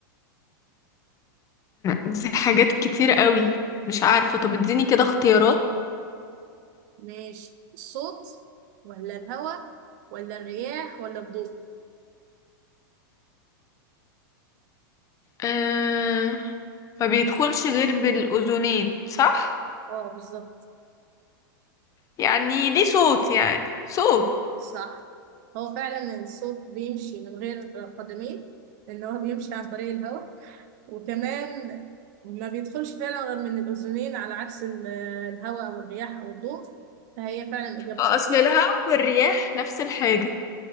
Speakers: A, on the left; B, on the right.
A: دي حاجات كتير قوي مش عارفة طب اديني كده اختيارات
B: ماشي الصوت ولا الهواء ولا الرياح ولا الضوء
A: أه... ما بيدخلش غير بالأذنين صح
B: اه بالظبط
A: يعني ليه صوت يعني صوت
B: صح هو فعلا الصوت بيمشي من غير قدمين لأن هو بيمشي عن طريق الهواء وكمان ما بيدخلش فعلا غير من الأذنين على عكس ال- الهواء أو الرياح أو الضوء فهي فعلا إجابة
A: اصل
B: صح
A: الهواء والرياح نفس الحاجة